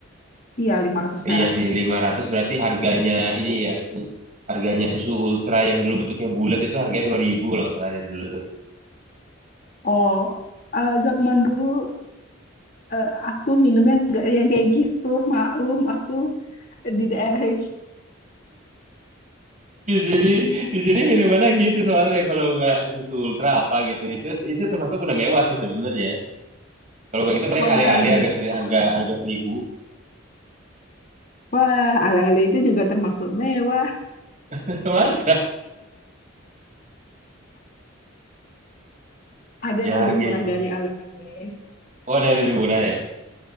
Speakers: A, on the left; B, on the right.
A: Iya, 500
B: Iya
A: perak.
B: sih, 500 berarti harganya ini ya sih. Harganya susu ultra yang dulu bentuknya bulat itu harganya 2000 kalau nggak salah dari dulu.
A: Oh, eh, zaman dulu eh, aku minumnya nggak yang kayak gitu. Maklum aku di daerah yang
B: Di sini di sini minumannya gitu soalnya kalau nggak susu ultra apa gitu. Itu itu termasuk udah mewah sih sebenarnya. Kalau nggak gitu paling
A: wah,
B: alih-alih
A: iya
B: harga
A: mewah
B: seri, harga
A: banget.
B: harga 1000
A: Wah, ala-ala itu juga termasuk mewah.
B: <laughs> Mas.
A: Ada
B: Ya
A: yang lebih
B: game.
A: murah dari Ale-Ale.
B: Oh, ada yang lebih murah ya.